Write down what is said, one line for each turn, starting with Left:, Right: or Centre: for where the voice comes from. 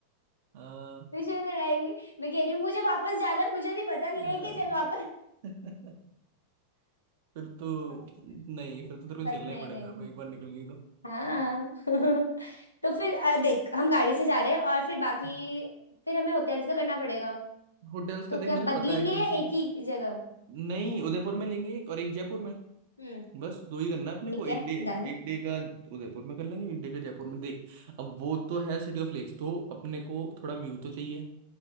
Right: हाँ
Left: बीच में लड़ाई हुई मैं कह रही हूँ मुझे वापस जाना है मुझे नहीं पता लेके
Right: अ,
Left: चल वापस
Right: <laughs> फिर तो
Left: <laughs>
Right: नहीं फिर तो तेरे को
Left: बट
Right: झेलना
Left: मैं
Right: ही पड़ेगा
Left: नहीं
Right: अब एक बार निकल गई तो
Left: हाँ <laughs> तो फिर अ, देख हम गाड़ी से जा रहे हैं और फिर बाकी
Right: हम्म।
Left: फिर हमें होटल्स का करना पड़ेगा
Right: होटल्स का
Left: तो
Right: देख
Left: क्या
Right: मुझे
Left: बदलेंगे
Right: पता है क्योंकि
Left: या एक ही जगह
Right: नहीं उदयपुर में लेंगे एक और एक जयपुर में
Left: हम्म
Right: बस दो ही करना है अपने
Left: ठीक
Right: को एक
Left: है
Right: डे
Left: डन
Right: एक डे का उदयपुर में कर लेंगे एक डे का जयपुर में देख अब वो तो है सिटी ऑफ लेक्स तो अपने को थोड़ा व्यू तो चाहिए